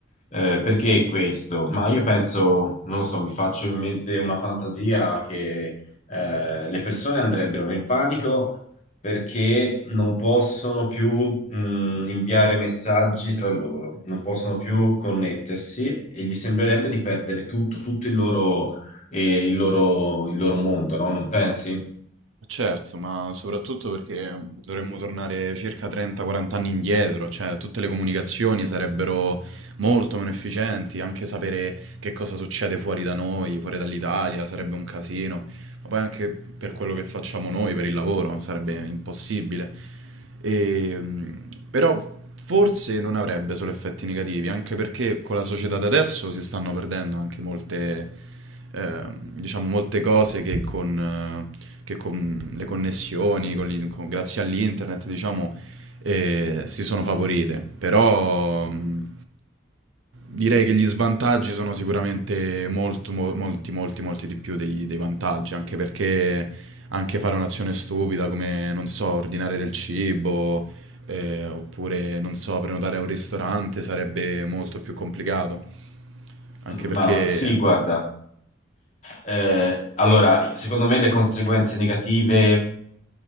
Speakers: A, on the left; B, on the right.
A: Eh, perché questo? Ma io penso, non lo so, mi faccio in mente una fantasia che eh, le persone andrebbero nel panico perché non possono più mh, inviare messaggi tra loro, non possono più connettersi e gli sembrerebbe di perdere tutto, tutto il loro, eh, il loro, il loro mondo, no? Non pensi?
B: Certo, ma soprattutto perché dovremmo tornare circa 30-40 anni indietro, cioè tutte le comunicazioni sarebbero molto meno efficienti, anche sapere che cosa succede fuori da noi, fuori dall'Italia, sarebbe un casino. ma poi anche per quello che facciamo noi, per il lavoro, sarebbe impossibile. E, mh, però forse non avrebbe solo effetti negativi, anche perché con la società da adesso si stanno perdendo anche molte, eh, diciamo, molte cose che con, eh, che con le connessioni, con l'in- con- grazie all'internet, diciamo, eh, si sono favorite. Però... mh, Direi che gli svantaggi sono sicuramente molto, mo- molti, molti, molti di più dei, dei vantaggi, anche perché anche fare un'azione stupida come, non so, ordinare del cibo, eh, oppure, non so, prenotare a un ristorante sarebbe molto più complicato, anche
A: Ma
B: perché,
A: sì, guarda. Eh, allora, secondo me le conseguenze negative